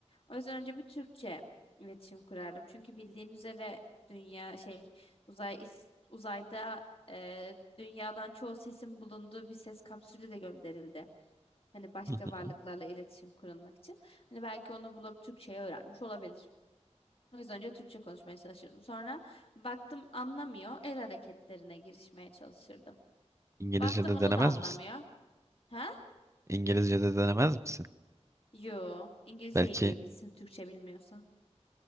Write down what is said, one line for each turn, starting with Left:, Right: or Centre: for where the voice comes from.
Left: O yüzden önce bir Türkçe iletişim kurardım. Çünkü bildiğin üzere dünya şey uzay is- uzayda e, dünyadan çoğu sesin bulunduğu bir ses kapsülü de gönderildi. Hani başka
Right: hı hı.
Left: varlıklarla iletişim kurulmak için. Hani belki onu bulup Türkçe'ye öğrenmiş olabilir. O yüzden önce Türkçe konuşmaya çalışırdım. Sonra baktım anlamıyor. El hareketlerine girişmeye çalışırdım.
Right: İngilizce'de
Left: Baktım onu
Right: denemez
Left: da anlamıyor.
Right: misin?
Left: Ha?
Right: İngilizce'de denemez misin?
Left: Yo. İngilizceyi
Right: Belki
Left: niye bilsin Türkçe bilmiyorsa?